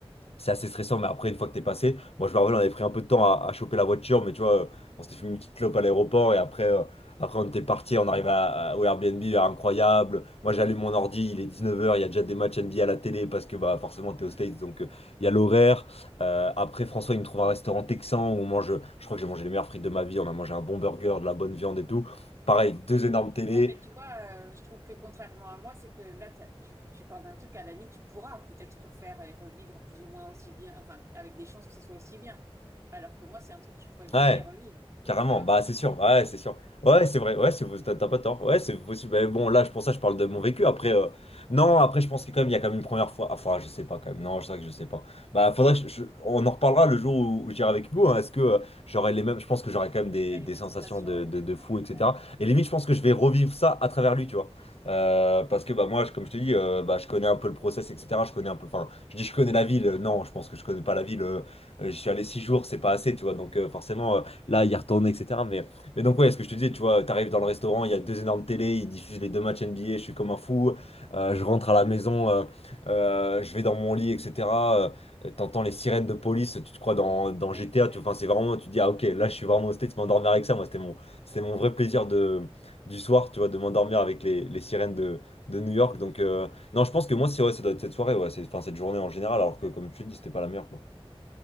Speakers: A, on the left; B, on the right.
A: c'est assez stressant, mais après, une fois que t'es passé, moi je me rappelle, on avait pris un peu de temps à, à choper la voiture, mais tu vois, euh, on s'était fait une petite clope à l'aéroport et après, euh, après on était parti, on arrive à- à- au Airbnb, euh, incroyable. Moi j'allume mon ordi, il est 19h, il y a déjà des matchs NBA à la télé parce que bah, forcément t'es aux
B: Mm.
A: States, donc euh, il y a l'horaire. Euh, après, François, il me trouve un restaurant texan où on mange, je crois que j'ai mangé les meilleures frites de ma vie, on a mangé un bon burger, de la bonne viande et tout. Pareil, deux énormes télés.
B: Ouais, mais tu vois, euh, je trouve que contrairement à moi, c'est que là, t'as- tu, tu parles d'un truc, à la limite, tu pourras peut-être refaire et revivre plus ou moins aussi bien, enfin, avec des chances que ça soit aussi bien. Alors que moi, c'est un truc que je pourrais jamais
A: Ouais.
B: revivre.
A: Carrément,
B: Tu vois
A: bah c'est sûr, ouais,
B: Ouais,
A: c'est sûr.
B: ouais.
A: Ouais, c'est vrai, ouais, c'est, t'as t'as pas tort. Ouais, c'est possible. Mais bon, là, je- pour ça, je parle de mon vécu. Après, euh, non, après, je pense que quand même, il y a quand même une première fois. Enfin, je sais pas quand même. Non, je sais que je sais pas. Bah, faudrait que je- je- on en reparlera le jour où, où j'irai avec Hugo. hein. Est-ce que euh, j'aurai les mêmes. Je pense que j'aurai quand même des,
B: Ouais, les
A: des
B: mêmes
A: sensations
B: sensations,
A: de,
B: les
A: de,
B: mêmes.
A: de
B: Ouais,
A: fou, etc.
B: ouais.
A: Et limite, je pense que je vais revivre ça à travers lui, tu vois.
B: Mm, mm,
A: Euh,
B: mm.
A: parce que bah moi je- comme je te dis euh, bah je connais un peu le process etc je connais un peu enfin je dis je connais la ville non je pense que je connais pas la ville euh, j'y suis allé six jours c'est pas assez tu vois donc euh, forcément Là, y retourner, etc. Mais, mais donc, ouais, ce que je te disais, tu vois, t'arrives dans le restaurant, il y a deux énormes télés, ils diffusent les deux matchs NBA, je suis comme un fou. Euh, je rentre à la maison, euh, euh, je vais dans mon lit, etc. Euh, t'entends les sirènes de police, tu te crois dans, dans
B: Ouais,
A: GTA,
B: ouais,
A: tu, enfin, c'est vraiment, tu te dis, ah, ok, là, je suis vraiment au States, m'endormir avec ça, moi, c'était mon, c'était mon vrai plaisir de, du soir, tu vois, de m'endormir avec les, les sirènes de,
B: mm,
A: de New York. Donc, euh, non, je pense que moi, c'est, ouais, ça doit être cette soirée, ouais, c'est, enfin, cette journée en général, alors que,
B: ouais,
A: comme tu le dis,
B: ouais.
A: c'était pas la meilleure, quoi.